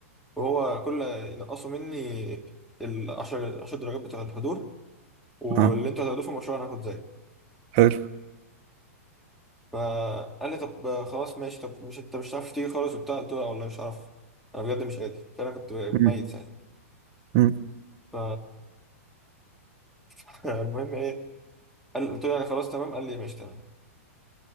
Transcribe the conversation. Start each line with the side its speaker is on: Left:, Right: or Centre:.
Centre: وهو كل ينقصوا مني ال 10 10 درجات بتوع الحضور واللي
Right: اه
Centre: انتوا هتاخدوه في المشروع انا هاخد زيه
Right: حلو
Centre: فقال لي طب خلاص ماشي طب مش انت مش هتعرف تيجي خالص وبتاع قلت له لا والله مش هعرف انا بجد مش قادر فانا كنت ميت
Right: مم.
Centre: ساعتها
Right: مم.
Centre: ف <laughs> المهم ايه قال قلت له يعني خلاص تمام قال لي ماشي تمام